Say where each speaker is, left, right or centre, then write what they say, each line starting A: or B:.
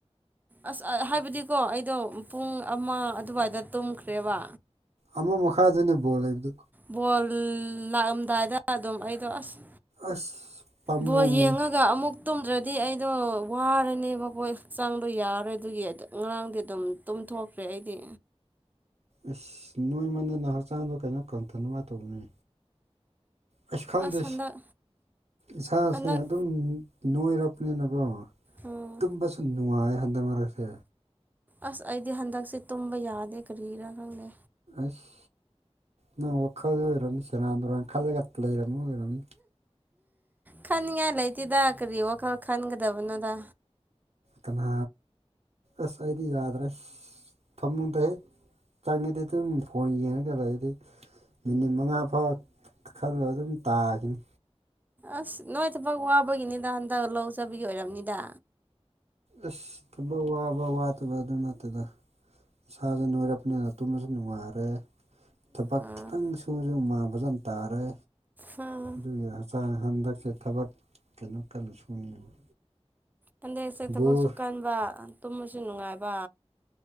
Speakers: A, on the right (about 15°); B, on the right (about 65°).
A: ꯑꯁ ꯍꯥꯏꯕꯗꯤꯀꯣ ꯑꯩꯗꯣ ꯄꯨꯡ ꯑꯃ ꯑꯗꯨꯋꯥꯏꯗ ꯇꯨꯝꯈ꯭ꯔꯦꯕ
B: ꯑꯃ ꯃꯈꯥꯗꯅꯦ ꯕꯣꯜ ꯂꯩꯕꯗꯨ
A: ꯕꯣꯜ ꯂꯥꯛꯑꯝꯗꯥꯏꯗ ꯑꯗꯨꯝ ꯑꯩꯗꯣ ꯑꯁ
B: ꯑꯁ ꯄꯥꯝꯃꯨꯏꯍꯦ
A: ꯕꯣꯜ ꯌꯦꯡꯉꯒ ꯑꯃꯨꯛ ꯇꯨꯝꯗ꯭ꯔꯗꯤ ꯑꯩꯗꯣ ꯋꯥꯔꯅꯦꯕꯀꯣ ꯍꯛꯆꯥꯡꯗꯣ ꯌꯥꯔꯦ ꯑꯗꯨꯒꯤ ꯉꯔꯥꯡꯗꯤ ꯑꯗꯨꯝ ꯇꯨꯝ ꯇꯨꯝꯊꯣꯛꯈ꯭ꯔꯦ ꯑꯩꯗꯤ
B: ꯑꯁ ꯅꯣꯏꯃꯟꯗꯅ ꯍꯛꯆꯥꯡꯗꯣ ꯀꯩꯅꯣ ꯀꯪꯊꯅꯕ ꯇꯧꯅꯦ ꯑꯩꯁ ꯈꯪꯗꯦ
A: ꯑꯁ ꯍꯟꯗꯛ
B: ꯏꯁꯥꯁꯦ
A: ꯍꯟꯗꯛ
B: ꯑꯗꯨꯝ ꯅꯣꯏꯔꯛꯄꯅꯤꯅꯀꯣ
A: ꯎꯝ
B: ꯇꯨꯝꯕꯁꯨ ꯅꯨꯡꯉꯥꯏ ꯍꯟꯗꯛ ꯃꯔꯛꯁꯦ
A: ꯑꯁ ꯑꯩꯗꯤ ꯍꯟꯗꯛꯁꯦ ꯇꯨꯝꯕ ꯌꯥꯗꯦ ꯀꯔꯤꯔꯥ ꯈꯪꯗꯦ
B: ꯑꯁ ꯅꯪ ꯋꯥꯈꯜꯗ ꯑꯣꯏꯔꯝꯅꯤ ꯁꯦꯔꯥꯟ ꯇꯨꯔꯥꯟ ꯈꯜꯂꯒ ꯂꯩꯔꯝꯅꯤ ꯑꯣꯏꯔꯝꯅꯤ
A: ꯈꯅꯤꯡꯉꯥꯏ ꯂꯩꯇꯦꯗ ꯀꯔꯤ ꯋꯥꯈꯜ ꯈꯟꯒꯗꯕꯅꯣꯗ
B: ꯀꯅꯥ ꯑꯁ ꯑꯩꯗꯤ ꯌꯥꯗ꯭ꯔꯦ ꯐꯃꯨꯡꯗ ꯍꯦꯛ ꯆꯪꯉꯤꯗꯤ ꯑꯗꯨꯝ ꯐꯣꯟ ꯌꯦꯡꯉꯒ ꯂꯩꯗꯤ ꯃꯤꯅꯤꯠ ꯃꯉꯥ ꯐꯥꯎ ꯈꯜꯂ ꯑꯗꯨꯝ ꯇꯥꯈꯤꯅꯤ
A: ꯑꯁ ꯅꯣꯏ ꯊꯕꯛ ꯋꯥꯕꯒꯤꯅꯤꯗ ꯍꯟꯗꯛ ꯂꯧ ꯆꯠꯄꯒꯤ ꯑꯣꯏꯔꯝꯅꯤꯗ
B: ꯑꯁ ꯊꯕꯛ ꯋꯥꯕ ꯋꯥꯗꯕ ꯑꯗꯨ ꯅꯠꯇꯦꯗ ꯁꯥꯁꯨ ꯅꯣꯏꯔꯞꯅꯤꯅ ꯇꯨꯝꯃꯁꯨ ꯅꯨꯉꯥꯏꯔꯦ ꯊꯕꯛ
A: ꯑꯥ
B: ꯈꯤꯇꯪ ꯁꯨꯁꯨ ꯍꯨꯃꯥꯡ ꯐꯖꯟ ꯇꯥꯔꯦ
A: ꯎꯝ
B: ꯑꯗꯨꯒꯤ ꯍꯛꯆꯥꯡ ꯍꯟꯗꯛꯁꯦ ꯊꯕꯛ ꯀꯩꯅꯣ ꯀꯟꯅ ꯁꯨꯅꯤꯡꯉꯤ
A: ꯍꯟꯗꯦꯛꯁꯦ ꯊꯕꯛꯁꯨ
B: ꯕꯣꯜ
A: ꯀꯟꯕ ꯇꯨꯝꯕꯁꯨ ꯅꯨꯡꯉꯥꯏꯕ